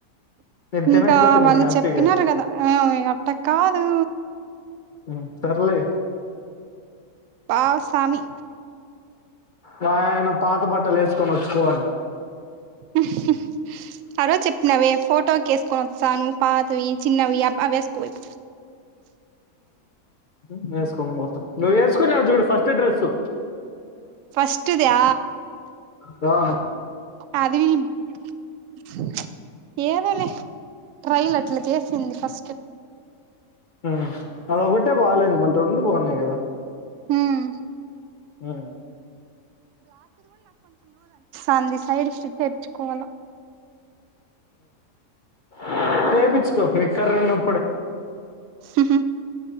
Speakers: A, on the left (about 45°); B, on the right (about 65°).
A: నేను తినకపోతే
B: ఇంకా
A: నీకు
B: వాళ్ళు
A: హ్యాపీ
B: చెప్పినారు కదా ఆ అట్ట కాదు
A: ఉమ్ సర్లే
B: పా సామీ
A: గాయన పాత బట్టలు ఏసుకొని వచ్చుకో అంట
B: ఉ హ్ ఆరోజ చెప్పినవవే ఫోటో కేసుకొని వస్తాను పాతవి చిన్నవి ఆవ్ అవేసుకో పో అయితే
A: ఉమ్ ఎసుకొనిపోత నువ్వు ఏసుకున్నావ్ చూడు ఫస్ట్ డ్రెస్సు
B: ఫస్ట్దా
A: దా
B: అదీ ఉచ్ ఏదోలే ట్రైలర్ అట్ అట్ల చేసింది ఫస్ట్
A: ఉమ్ అదొకటె బాలేదు రెండు బాగున్నాయి గదా
B: ఉమ్
A: అ
B: ఆంధీ సైడ్ స్ తెచ్చుకోవాల
A: ఆ చేేపించుకో మీ కర్ర ఉన్నప్పుడే
B: ఉ